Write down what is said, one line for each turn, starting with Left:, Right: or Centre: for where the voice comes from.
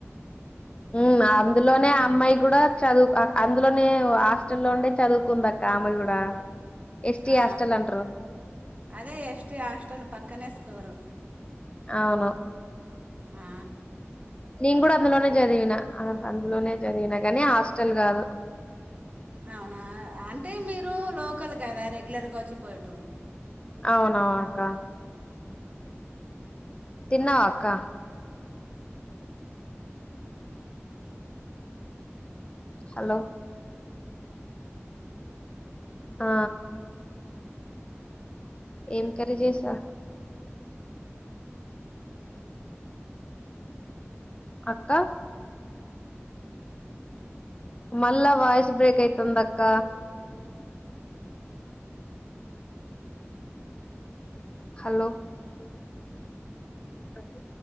Left: ఉ అందులోనే అమ్మాయి కూడా చదువు అందులోనే హాస్టల్లో ఉండే చదువుకుంది అక్క ఆమె కూడా ఎస్టీ
Right: ఆ
Left: హాస్టల్ అంటారు
Right: అదే ఎస్ టి హాస్టల్ పక్కనే స్కూలు
Left: అవును
Right: ఆ
Left: నేను కూడా అందులోనే చదివిన అందులోనే చదివిన కాని హ స్టాల్ కాదు
Right: అవునా అంటే మీరు లోకల్ కదా రె రెగ్యులర్ గా వచ్చి పోయేటోల్లు
Left: అవునవు అక్క తిన్నవ అక్క హలో ఆ ఏం కరీ చేసా అక్క మళ్ళా వయిస్ బ్రేక్ యితుంద అక్క హలో అే